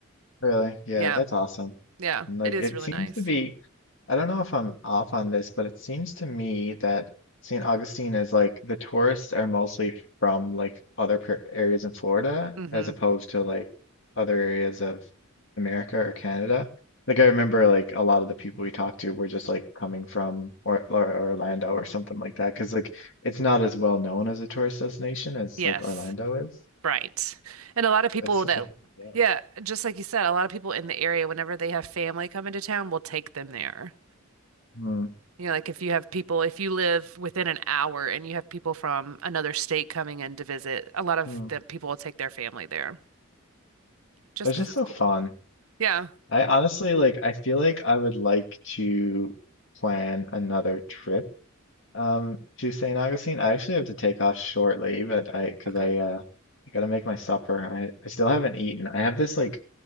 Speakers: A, on the left; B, on the right.
A: Really? Yeah,
B: Yeah.
A: that's awesome.
B: Yeah.
A: And like
B: It is
A: it
B: really
A: seems
B: nice.
A: to be, I don't know if I'm off on this, but it seems to me that St. Augustine is like the tourists are mostly from like other per- areas in Florida
B: hmm
A: as opposed to like other areas of America or Canada. Like I remember like a lot of the people we talked to were just like coming from or, or Orlando or something like that because like it's not as well known as a tourist destination as
B: Yes.
A: like Orlando is.
B: Right. And a lot of people
A: It's such
B: that,
A: a hidden gem.
B: yeah, just like you said, a lot of people in the area, whenever they have family come into town, will take them there.
A: Hmm.
B: You know, like if you have people, if you live within an hour and you have people from another state coming in to visit, a lot of
A: hmm.
B: the people will take their family there just
A: It's
B: because
A: just
B: it's
A: so
B: cool.
A: fun.
B: Yeah.
A: I honestly like I feel like I would like to plan another trip um to St. Augustine. I actually have to take off shortly, but I because
B: Okay.
A: I uh I gotta make my supper. I, I still haven't eaten. I have this like